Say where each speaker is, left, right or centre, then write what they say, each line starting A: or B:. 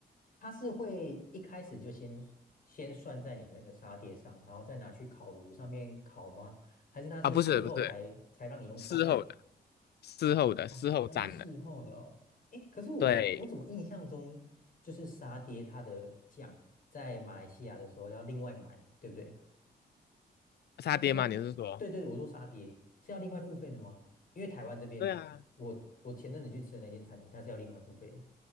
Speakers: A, on the left (about 55°); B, on the left (about 70°).
A: 它是会一开始就先先算在你那个沙爹上，然后再拿去烤炉上面烤吗？还是它是事后才才让你用粘的？
B: 啊，不是不是，事后的，事后的，
A: 哦哦，
B: 事后蘸的。
A: 原来是事后的哦。哎，可是我我怎么印象中就是沙爹它的酱在马来西亚的时候要另外买，
B: 对，
A: 对不对？
B: 沙爹吗？
A: 它是要，
B: 你是说？
A: 对对对，我说沙爹是要另外付费的吗？因为台湾这边，
B: 对啊，
A: 我我前阵子去吃的那间餐厅，它是要另外付费的，